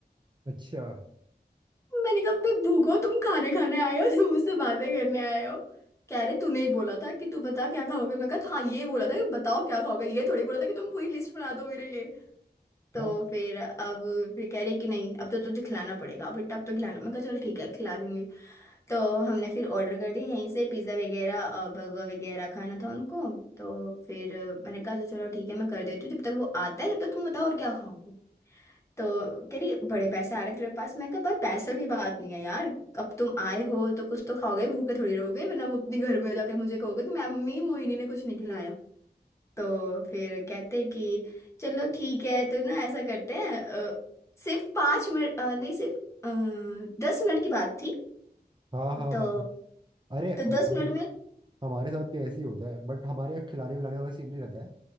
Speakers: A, on the right (about 25°); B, on the left (about 15°).
A: अच्छा
B: मैंने कहा भाई भूखो तुम खाने खाने आए हो तुम मुझसे बातें करने आए हो कह रहे तूने ही बोला था कि तू बता क्या खाओगे मैं कहा हाँ ये बोला था कि बताओ क्या खाओगे ये थोड़ी बोला था कि तुम पूरी लिस्ट बना दो मेरे लिए तो
A: हाँ
B: फिर अब फिर कह रहे कि नहीं अब तो तुझे खिलाना पड़ेगा फिर तब तो खिलाना मैं कहा चल ठीक है खिला दूंगी तो हमने फिर ऑर्डर कर दिया यहीं से पिज़्ज़ा वगैरह बर्गर वगैरह खाना था उनको तो फिर अ, मैंने कहा "अच्छा, चलो ठीक है मैं कर देती हूँ जब तक वो आता है जब तक तुम बताओ और क्या खाओगे तो कह रही बड़े पैसे आ रहे हैं तेरे पास मैं कहा भाई पैसों की बात नहीं है यार अब तुम आए हो तो कुछ तो खाओगे भूखे थोड़ी रहोगे वरना वो अपने घर में जाके मुझे कहोगे कि मम्मी मोहिनी ने कुछ नहीं खिलाया तो फिर कहते हैं कि चलो ठीक है तो ना ऐसा करते हैं अ, सिर्फ पाँच मिनट अ, नहीं सिर्फ आ, दस मिनट की बात थी
A: हाँ हाँ
B: तो
A: हाँ। अरे
B: तो दस
A: हमारे
B: मिनट में
A: हमारे साथ भी ऐसे ही होता है बट हमारे यहाँ खिलाने पिलाने वाला सीन नहीं रहता है